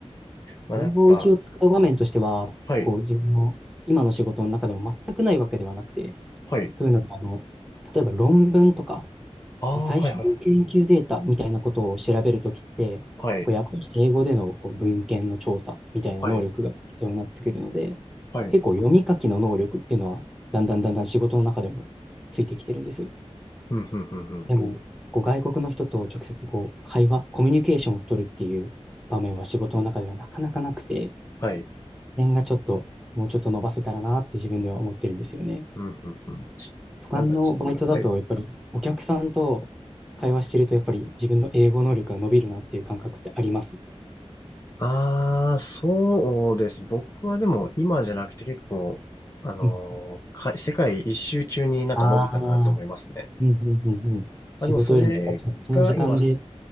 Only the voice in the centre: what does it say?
領域を使う場面としては、
こう、自分の今の仕事の中でも全くないわけではなくて、
というのも、あの、例えば論文とか、
こう最新の研究データみたいなことを調べるときって、
こうやっぱり英語でのこう文献の調査みたいな能力が必要になってくるので、
結構読み書きの能力っていうのは、だんだんだんだん仕事の中でもついてきてるんです。
でも、こう外国の人と直接こう会話、コミュニケーションを取るっていう場面は仕事の中ではなかなかなくて、
点がちょっと、もうちょっと伸ばせたらなって自分では思ってるんですよね。
旅館のバイトだと、
やっぱりお客さんと会話してると、やっぱり自分の英語能力が伸びるなっていう感覚ってあります。
うん。
ああ、うんうんうんうん。仕事よりもやっぱこっちの時間で、